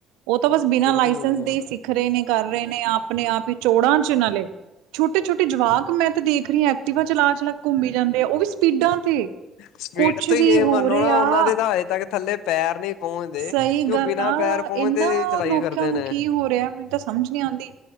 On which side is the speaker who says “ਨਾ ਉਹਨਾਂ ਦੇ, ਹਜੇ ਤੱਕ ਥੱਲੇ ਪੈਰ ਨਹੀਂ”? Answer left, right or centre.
Left